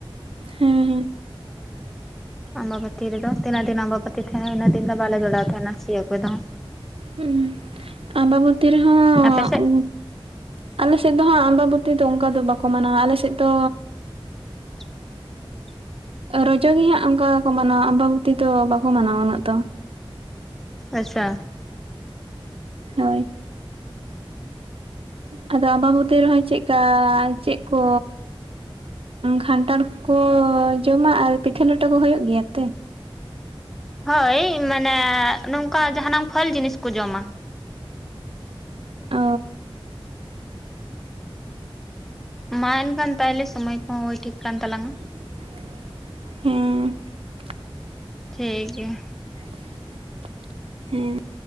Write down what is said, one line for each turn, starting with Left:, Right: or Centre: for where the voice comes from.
Right: ᱦᱮᱸ ᱦᱮᱸ ᱾
Centre: ᱟᱢᱵᱟᱵᱟᱹᱛᱤ ᱨᱮᱫᱚ ᱛᱤᱱᱟᱹᱜ ᱫᱤᱱ ᱟᱢᱵᱟᱵᱟᱹᱛᱤ ᱛᱟᱦᱮᱱᱟ ᱤᱱᱟᱹᱜ ᱫᱤᱱ ᱫᱚ ᱵᱟᱞᱮ ᱡᱚᱲᱟᱣ ᱛᱟᱦᱮᱱᱟ ᱥᱤᱭᱩᱜ ᱠᱚᱫᱚ᱾
Right: ᱦᱩᱸ ᱟᱢᱵᱟᱵᱟᱹᱛᱤ ᱨᱮᱦᱚᱸ
Centre: ᱟᱯᱮ ᱥᱮᱫ
Right: ᱜᱩᱴ ᱟᱞᱮ ᱥᱮᱫ ᱫᱚ ᱦᱟᱸᱜ ᱟᱢᱵᱟᱵᱟᱹᱛᱤ ᱫᱚ ᱚᱝᱠᱟ ᱫᱚ ᱵᱟᱠᱚ ᱢᱟᱱᱟᱣᱟ ᱟᱞᱮ ᱥᱮᱫ ᱫᱚ
Centre: <inaudible>
Right: ᱨᱚᱡᱚ ᱜᱮ ᱦᱟᱸᱜ ᱚᱝᱠᱟ ᱠᱚ ᱢᱟᱱᱟᱣᱟ ᱟᱢᱵᱟᱵᱚᱛᱤ ᱫᱚ ᱵᱟᱠᱚ ᱢᱟᱱᱟᱣᱟ ᱩᱱᱟᱹᱜ ᱫᱚ᱾
Centre: ᱟᱪᱪᱷᱟ ᱾
Right: ᱦᱚᱭ ᱾ ᱟᱫᱚ ᱟᱢᱵᱟᱵᱚᱛᱤ ᱨᱮᱦᱚᱸ ᱪᱮᱜ ᱠᱟ, ᱪᱮᱫ ᱠᱚ ᱠᱷᱟᱱᱴᱟᱲ ᱠᱚ ᱡᱚᱢᱟ, ᱟᱨ ᱯᱤᱴᱷᱟᱹ ᱞᱮᱴᱚ ᱠᱚ ᱦᱩᱭᱩᱜ ᱜᱮᱭᱟ ᱛᱮ ᱾
Centre: ᱦᱳᱭ ᱢᱟᱱᱮ, ᱱᱚᱝᱠᱟ ᱡᱟᱦᱟᱸ ᱱᱟᱝ ᱯᱷᱚᱞ ᱡᱤᱱᱤᱥ ᱠᱚ ᱡᱚᱢᱟ᱾
Right: ᱚ ᱾
Centre: ᱢᱟ ᱮᱱᱠᱷᱟᱱ ᱛᱟᱦᱞᱮ ᱥᱚᱢᱚᱭ ᱠᱚᱦᱚᱸ ᱦᱳᱭ ᱴᱷᱤᱠ ᱠᱟᱱ ᱛᱟᱞᱟᱝᱼᱟ ᱾
Right: ᱦᱮᱸ ᱾
Centre: ᱴᱷᱤᱠ ᱜᱮᱭᱟ ᱾
Right: ᱦᱮᱸ ᱾